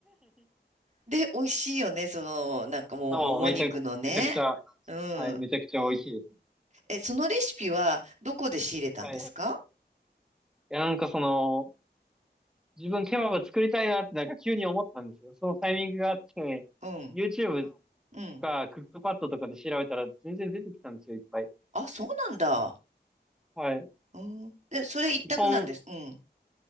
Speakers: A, on the right (about 40°); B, in the centre.
A: で、美味しいよね。その、なんかもう、
B: ああめちゃく、
A: もも肉のね。
B: めちゃくちゃ、
A: うん。
B: はい、めちゃくちゃ美味しいです。
A: え、そのレシピはどこで仕入れたんですか
B: はい。いや、なんかその、自分ケバブ作りたいなってなんか急に思ったんですよ。そのタイミングがあって、
A: うん。
B: YouTube と
A: うん。
B: かクックパッドとかで調べたら全然出てきたんですよ、いっぱい。
A: あ、そうなんだ。
B: はい。
A: うん。で、それ一択なんです。
B: なんか基本、
A: うん。